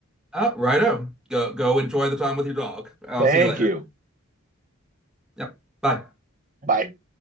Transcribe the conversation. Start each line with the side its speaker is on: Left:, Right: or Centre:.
Centre: Uh, righto. Go go enjoy the time with your dog. I'll
Right: Thank
Centre: see you later.
Right: you.
Centre: Yep. Bye.
Right: Bye.